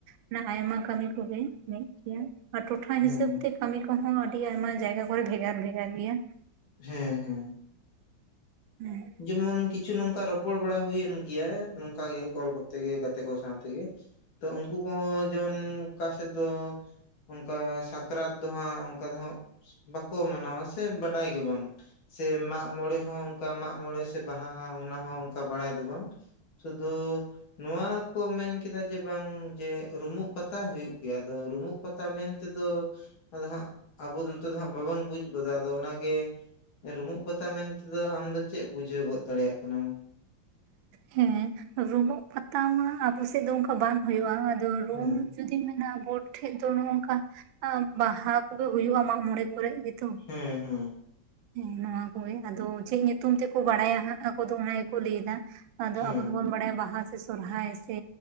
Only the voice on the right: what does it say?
ᱚᱱᱟ ᱟᱭᱢᱟ ᱠᱟᱹᱢᱤ ᱠᱚᱜᱮ ᱢᱤᱫ ᱜᱮᱭᱟ ᱟᱨ ᱴᱚᱴᱷᱟ
ᱦᱤᱥᱟᱹᱵ ᱛᱮ ᱠᱟᱹᱢᱤ ᱠᱚᱦᱚᱸ ᱟᱹᱰᱤ ᱟᱭᱢᱟ ᱡᱟᱭᱜᱟ ᱠᱚᱨᱮ ᱵᱷᱮᱜᱟᱨ ᱵᱷᱮᱜᱟᱨ ᱜᱮᱭᱟ᱾
<inaudible>
ᱦᱮᱸ ᱨᱩᱢᱩᱜ ᱯᱟᱛᱟ ᱢᱟ ᱟᱵᱚ ᱥᱮᱜ ᱫᱚ ᱚᱝᱠᱟ ᱵᱟᱝ ᱦᱩᱭᱩᱜᱼᱟ ᱟᱫᱚ ᱨᱩᱢ
ᱡᱩᱫᱤ ᱢᱮᱱᱟᱜᱟ ᱵᱳᱴ ᱴᱷᱮᱡ ᱫᱚ ᱱᱚᱜᱚᱝᱠᱟ ᱵᱟᱦᱟ ᱠᱚᱫᱚ ᱦᱩᱭᱩᱜᱼᱟ ᱢᱟᱜ ᱢᱚᱬᱮ ᱠᱚᱨᱮᱜ ᱜᱮᱛᱚ᱾
ᱦᱮᱸ ᱱᱚᱶᱟ ᱠᱚᱜᱮ ᱟᱫᱚ ᱪᱮᱜ ᱧᱩᱛᱩᱢ ᱛᱮᱠᱚ ᱵᱟᱲᱟᱭᱟ ᱦᱟᱜ ᱟᱠᱚᱫᱩᱢ ᱚᱱᱟ ᱜᱮᱠᱚ ᱞᱟᱹᱭᱫᱟ᱾ ᱟᱫᱚ
ᱟᱵᱚ ᱫᱚᱵᱚᱱ ᱵᱟᱲᱟᱭᱟ ᱵᱟᱦᱟ ᱥᱚᱨᱦᱟᱭ ᱥᱮ